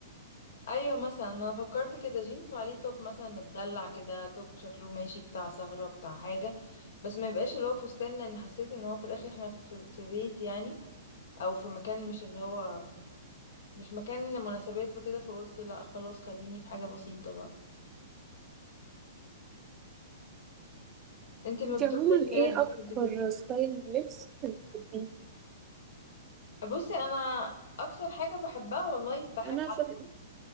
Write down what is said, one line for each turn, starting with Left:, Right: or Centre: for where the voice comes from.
Left: ايوه مثلا انا فكرت كده جينز وعليه توب مثلا متدلع كده توب شكله ماشي بتاع سهرة بتاع حاجة بس ما يبقاش اللي هو فستان لان حسيت ان هو في الاخر احنا في, في بيت يعني او في مكان مش اللي هو مش مكان مناسبات وكده فقلت لا خلاص خليني في حاجة بسيطة بقى انت ما
Right: انتي
Left: بتروحي
Right: عموما
Left: عيد
Right: ايه
Left: ميلاد بتحبي
Right: اكتر
Left: تلبسي
Right: ستايل لبس بتحبيه
Left: بصي انا اكتر حاجة بحبها والله بحب
Right: انا
Left: على
Right: في
Left: حسب